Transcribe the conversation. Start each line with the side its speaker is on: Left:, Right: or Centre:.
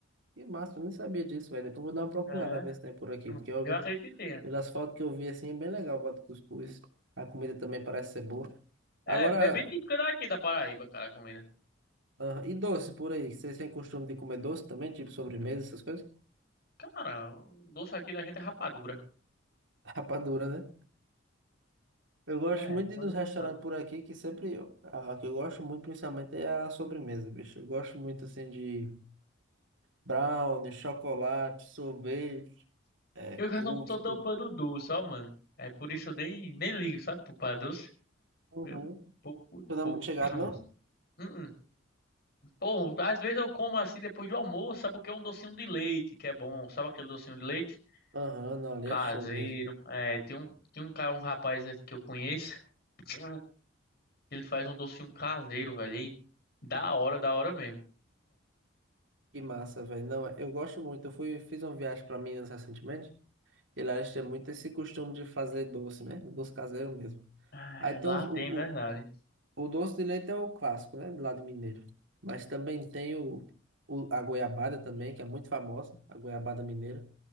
Right: Que massa, eu nem sabia disso, velho. Depois eu vou dar uma procurada,
Left: É.
Right: ver se tem por aqui. Porque eu,
Left: Eu acredito que tenha.
Right: pelas fotos que eu vi, assim, é bem legal o bode cuscuz. A comida também parece ser boa.
Left: É,
Right: Agora,
Left: é bem típico daqui da Paraíba, cara, a comida.
Right: ah, e doce por aí? Vocês têm costume de comer doce também? Tipo sobremesa, essas coisas?
Left: Cara, o doce aqui da gente é rapadura.
Right: <laughs> Rapadura, né? Eu gosto
Left: É,
Right: muito de
Left: mas
Right: ir nos
Left: não
Right: restaurantes
Left: tanto.
Right: por aqui, que sempre. A que eu gosto muito, principalmente, é a sobremesa, bicho. Eu gosto muito, assim, de brownie, chocolate, sorvete, é,
Left: Eu já
Right: cookie,
Left: não sou
Right: tudo.
Left: tão fã do doce, ó, mano. É por isso eu nem, nem ligo, sabe, pro- pra doce.
Right: Uhum.
Left: Meu, pouco,
Right: Tu não
Left: pouco.
Right: é muito chegado, não?
Left: Hum, hum. Pô, às vezes eu como assim depois do almoço, sabe o que é um docinho de leite, que é bom. Sabe aquele docinho de leite? Hum.
Right: Aham, não, ali
Left: Caseiro.
Right: é show mesmo.
Left: É, tem um, tem um cara, um rapaz aqui que eu conheço, que ele faz um docinho caseiro, velho. E da hora, da hora mesmo.
Right: Que massa, velho. Não, é, eu gosto muito. Eu fui, fiz uma viagem pra Minas recentemente, e lá eles têm muito esse costume de fazer doce, né? Doce caseiro mesmo.
Left: Ah,
Right: Aí tem
Left: lá
Right: o, o,
Left: tem, verdade.
Right: O doce de leite é o clássico, né? Do lado mineiro. Mas também tem o, o- a goiabada também, que é muito famosa, a goiabada mineira.